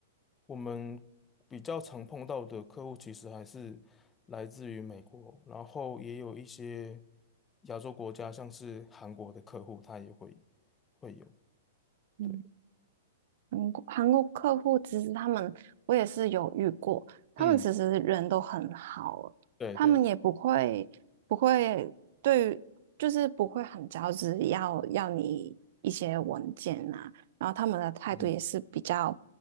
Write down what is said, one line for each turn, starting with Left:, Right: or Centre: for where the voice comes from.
Left: 我们比较常碰到的客户其实还是来自于美国，然后也有一些亚洲国家，像是韩国的客户，他也会会有。
Right: 嗯
Left: 对，
Right: 韩国韩国客户其实他们，我也是有遇过，他们其实人都很好，
Left: 嗯，对对，
Right: 他们也不会不会对于就是不会很着急要要你一些文件呐、啊然后他们的态度也是比较
Left: 嗯。